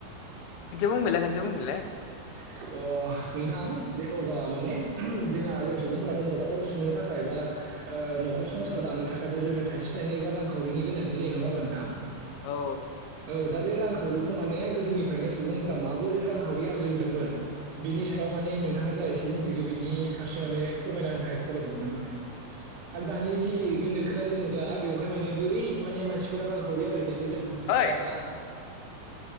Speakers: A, on the left; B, on the right.
A: खोनसे बुंफिनलाय खोनसे बुंफिनलाय
B: अ नोंथां जेन'बा माने जोंहा जों सुबुंफोराथ' न'खर सुंनो थाखाय बा न'खर संसार दानो थाखायथ' जों थाइसे थाइनै बा रांखावरिनि गोनांथि जायो नङा होमबा नोंथां
A: औ ओ
B: औ दा बे रांखावरिखौ माने गोदोनिफ्रायनो सुबुंफोरा माबोरै रांखावरि आ फुजिबोदोंमोन बेनि सायाव माने नोंथाङा जा एसे मिन्थिगौ बिनि फारसे माने फोरमायना होनो थाखाय खावलायदोंमोन आं माने आरो दानि जि गोनोखोआरि मुगा बेवहाय माने बोरै माने मानसिफोरा रांखावरि आरो नै खौ जों नुनो मोनो
A: ओइ
B: आरोना